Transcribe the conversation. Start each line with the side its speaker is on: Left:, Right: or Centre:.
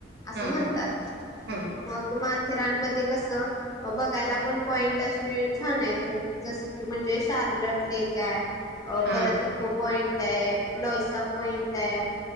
Left: असं
Right: हा
Left: म्हणतात
Right: हा हा
Left: मग माथेरानमध्ये कस बघायला पण पॉइंट असे छान आहेत. जसं की म्हणजे शार्लट लेक अ तर
Right: हा
Left: परत इको पॉईंट हे. लॉएसा पॉइंट आहे